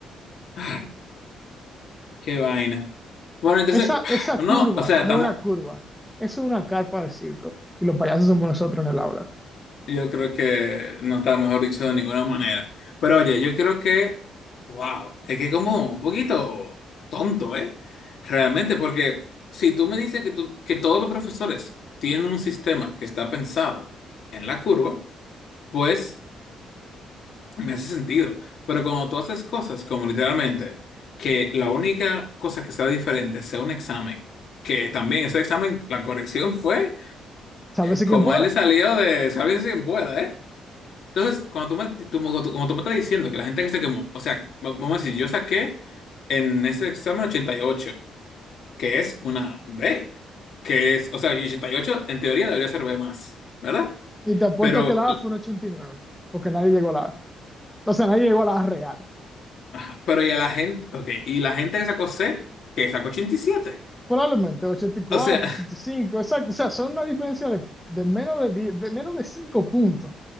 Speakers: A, on the left (about 65°); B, in the centre.
A: Ah, Qué vaina. Bueno, entonces,
B: Esa, esa
A: <sighs> no,
B: curva
A: o sea, estamos.
B: no es una curva, eso es una carpa de circo. Y los payasos somos nosotros en el aula.
A: Yo creo que no está mejor dicho de ninguna manera. Pero oye, yo creo que, wow, es que como un poquito tonto, ¿eh? Realmente, porque si tú me dices que, tú- que todos los profesores tienen un sistema que está pensado en la curva, pues me hace sentido. Pero cuando tú haces cosas como literalmente que la única cosa que sea diferente sea un examen, que también ese examen, la corrección fue
B: Sálvese
A: como
B: quien pueda.
A: a él le salió de, sabes si pueda, ¿eh? Entonces, cuando tú me, tú- como tú como tú me estás diciendo que la gente que se quemó, o sea, va- vamos a decir, yo saqué en ese examen ochenta y ocho que es una B, que es, o sea, y 88 en teoría debería ser B más, ¿verdad?
B: Y te apuesto
A: Pero,
B: que la A fue un 89 porque nadie llegó a la A. O sea, nadie llegó a la A real.
A: ajá, pero y a la gente, ok, y la gente que sacó C, que sacó ochenta y siete
B: Probablemente ochenta ochenta y cuatro
A: O sea,
B: ochenta
A: <laughs>
B: y cinco exacto. O sea, son una diferencia de, de menos de 10 de menos de 5 puntos